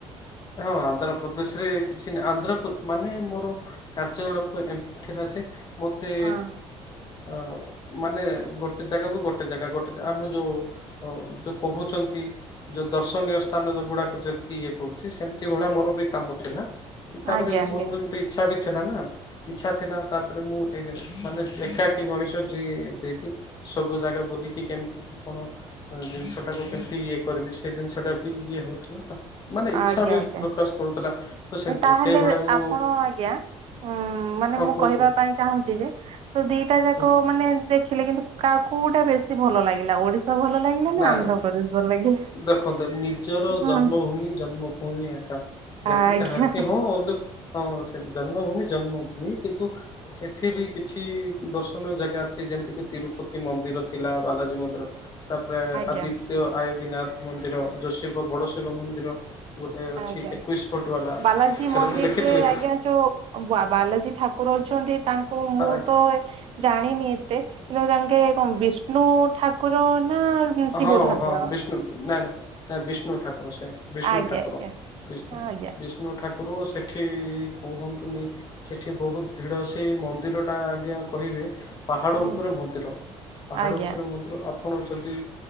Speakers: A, on the left (about 35°); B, on the right (about 55°).
A: ହଁ ଆନ୍ଧ୍ରପ୍ରଦେଶରେ କିଛି ନା ଆନ୍ଧ୍ରପ ମାନେ ମୋର କାର୍ଯ୍ୟକଳାପ ଏମତି ଥିଲା ଯେ ମତେ
B: ହଁ
A: ଅ ମାନେ ଗୋଟେ ଜାଗାକୁ ଗୋଟେ ଜାଗା ଗୋଟେ ଜା ଆମ ଯୋଉ ଅ ଯୋଉ କୋହୁଚନ୍ତି ଯୋଉ ଦର୍ଶନୀୟ ସ୍ଥାନ ଯୋଉଗୁଡାକ ଯେମତି ଇଏ କୋହୁ କି ସେମତି ଭଳିଆ ମୋର ବି କାମ ଥିଲା କି ତାପରେ
B: ଆଜ୍ଞା ଆଜ୍ଞା
A: ମନରେ ଗୋଟେ ଇଚ୍ଛା ବି ଥିଲା ନା ଇଚ୍ଛା ଥିଲା ତାପରେ ମୁଁ ଏଇଠି ମାନେ ଏକାଟକି ମଣିଷ ଯିଏ ଯିଏକି ସବୁ ଜାଗା ବୁଲିକି କେମତି କି କଣ ଜିନିଷଟାକୁ କେମତି ଇଏ କରିବି ସେଇ ଦିନିଷଟା ବି ଇଏ ହୋଉଥୁଲା ମା
B: ଆଜ୍ଞା
A: ଇଚ୍ଛା ବି
B: ଆଜ୍ଞା
A: ପ୍ରକାଶ କରୁଥିଲା। ସେମିତି
B: ତାହେଲେ
A: ସେଇଭଳିଆ ମୁଁ
B: ଆପଣ ଆଜ୍ଞା ଉଁ ମାନେ
A: ହଁ
B: ମୁଁ
A: କୁହନ୍ତୁ।
B: କହିବା ପାଇଁ ଚାହୁଁଛି ଯେ ତ ଦିଟା ଯାକ
A: ହୁଁ
B: ମାନେ ଦେଖିଲେ କିନ୍ତୁ କାହା କଉଟା ବେଶୀ ଭଲ ଲାଗିଲା ଓଡିଶା ତ ଭଲ ଲାଗିଲା। ନା
A: ନାଇଁ
B: ଆନ୍ଧ୍ରପ୍ରଦେଶ ଭଲ ଲାଗିଲା?
A: ଦେଖନ୍ତୁ ନିଜର
B: ହଁ।
A: ଜନ୍ମଭୂମି ଜନ୍ମଭୂମି ଆ ଯେତେ
B: ଆଜ୍ଞା
A: ଚାହାଁଲେ ବି ହଁ ହଁ ସେ ଜନ୍ମଭୂମି ଜନ୍ମଭୂମି କିନ୍ତୁ ସେଠି ବି କିଛି ଦର୍ଶନୀୟ ଜାଗା ଅଛି ଯେମତିକି ତିରୁପତି ମନ୍ଦିର ଥିଲା ବାଲାଜୀ ମନ୍ଦିର ତାପରେ
B: ଆଜ୍ଞା
A: ଆଦିତ୍ୟ ଆୟବୀନାଥ ମନ୍ଦିର ଯୋ ଶିବ ବଡ ଶିବ ମନ୍ଦିର ଗୋଟେ ଅଛି
B: ଆଜ୍ଞା
A: ଏକୋଇଶ ଫୁଟ ବାଲା
B: ବାଲାଜୀ
A: ସେଟା
B: ମନ୍ଦିରରେ
A: ତ ଦେଖିଥିବେ।
B: ଆଜ୍ଞା ଯୋଉ ବାବାଲାଜୀ ଠାକୁର ଅଛନ୍ତି ତାଙ୍କୁ ମୁଁ
A: ହଁ
B: ତ ଜାଣିନି ଏତେ କିନ୍ତ ଜଙ୍ଗେ କଣ ବିଷ୍ଣୁ ଠାକୁର ନା ଶିବ
A: ହଁ
B: ଠାକୁର?
A: ହଁ ବିଷ୍ଣୁ ନାଇଁ ନା ବିଷ୍ଣୁ ଠାକୁର ସେ ବିଷ୍ଣୁ
B: ଆଜ୍ଞା
A: ଠାକୁର
B: ଆଜ୍ଞା
A: ବିଷ୍ଣୁ
B: ହଁ ଆଜ୍ଞା
A: ବିଷ୍ଣୁ କଷ୍ଣ ଠାକୁର ସେଠି କୁହନ୍ତୁନି ସେଠି ବହୁତ ଭିଲ ସେଇ ମନ୍ଦିର ଟା ଆଜ୍ଞା କହିବେ ପାହାଡ଼
B: ହୁଁ
A: ଉପରେ ମନ୍ଦିର ପାହାଡ଼
B: ଆଜ୍ଞା
A: ଉପରେ ମନ୍ଦିର ଆପଣ ଯ ତି